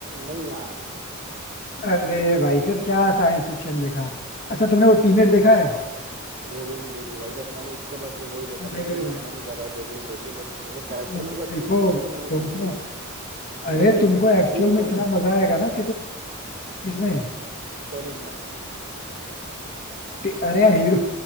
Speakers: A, on the right (about 50°); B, on the left (about 45°).
A: नहीं यार
B: अरे भाई फिर क्या साइंस फिक्शन देखा अच्छा तुमने वो टीनेट देखा है
A: वो भी नहीं देखी भाई बस मैंने उसका बस वो ही देखा
B: अरे
A: था कि
B: भाई
A: मन कर रहा है देख लूं देख लूं बट उसमें कैरेक्टर
B: मूवी
A: मेरे को अच्छे
B: देखो
A: नहीं लगे तो मैंने
B: तुमको
A: लिए ही नहीं
B: अरे
A: उसमें ही,
B: तुमको एक्चुअल
A: हीरो कौन
B: में इतना
A: है उसमें
B: मजा आएगा ना कि तुम किसमें
A: टेनेट में
B: टी- अरे यार हीरो